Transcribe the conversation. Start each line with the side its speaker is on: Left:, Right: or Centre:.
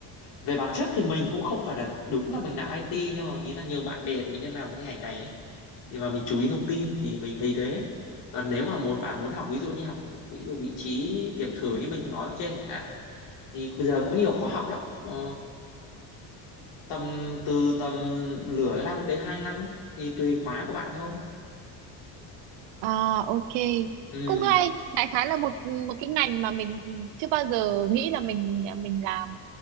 Left: về bản chất thì mình cũng không phải là đúng là mình làm IT nhưng mà ý là nhiều bạn bè của mình đang làm cái ngành này ấy thì mà mình chú ý thông tin thì mình thấy thế còn nếu mà muốn bạn muốn học ví dụ như học ví dụ vị trí kiểm thử như mình nói ở trên chẳng hạn thì bây giờ cũng nhiều khóa học lắm ờ, tầm từ tầm nửa năm đến hai năm thì tùy khóa của bạn thôi
Right: À, ok
Left: ừ
Right: cũng hay đại khái là một một cái ngành mà mình chưa bao giờ nghĩ là mình mình làm